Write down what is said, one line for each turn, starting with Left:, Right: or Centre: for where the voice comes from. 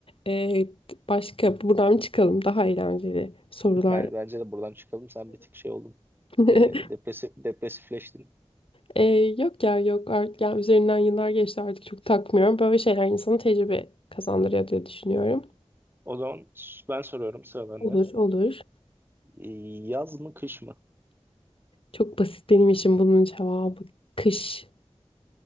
Left: Ee, başka buradan çıkalım daha eğlenceli sorular.
Right: Ben, bence de buradan çıkalım. Sen bir tık şey oldun.
Left: <laughs>
Right: Ee, depresif, depresifleştin.
Left: Ee, yok ya yok artık yani üzerinden yıllar geçti artık çok takmıyorum. Böyle şeyler insanın tecrübe kazandırıyor diye düşünüyorum.
Right: O zaman s- ben soruyorum sıra bende.
Left: Olur, olur.
Right: Ee, Yaz mı kış mı?
Left: Çok basit benim için bunun cevabı. Kış.